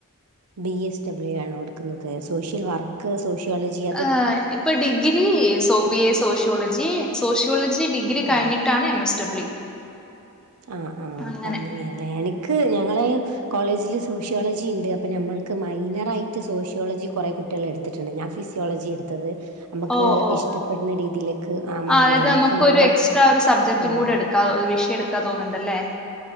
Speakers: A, on the right; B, in the centre.
A: ബി എസ് ഡബ്ല്യു ആണോ എടുക്കുന്നത് സോഷ്യൽ വർ ക്ക്സോഷ്യോളജി
B: ആഹ് ഇപ്പോ degree so B S sociology sociology degree
A: ആഹ്
B: കഴിഞ്ഞിട്ടാണ് എം എസ് ഡബ്ല്യു
A: ആഹ് ആഹ്
B: അങ്ങനെ
A: അപ്പം അങ്ങനെയല്ലെ എനിക്ക് ഞങ്ങളെ കോളേജിൽ സോഷ്യോളജി ഉണ്ട് അപ്പ നമ്മൾക്ക് മൈനറായിട്ട് സോഷ്യോളജി കുറെ കുട്ടികൾ എടുത്തിട്ടുണ്ട് ഞാൻ ഫിസി യോളജി എടുത്തത് നമ്മക്ക്
B: ഓ ഓ
A: ഇഷ്ടപ്പെടുന്ന രീതിയിലേക്ക് ആ മാറാലോ
B: അതായത്
A: നമുക്ക്
B: നമുക്കൊരു
A: നമ്മളെ
B: എക്സ്ട്രാ ഒരു സബ്ജക്റ്റും
A: ആഹ്
B: കൂടെ എടുക്കാ വിഷയം എടുക്കാ തോന്നുന്നുണ്ടല്ലെ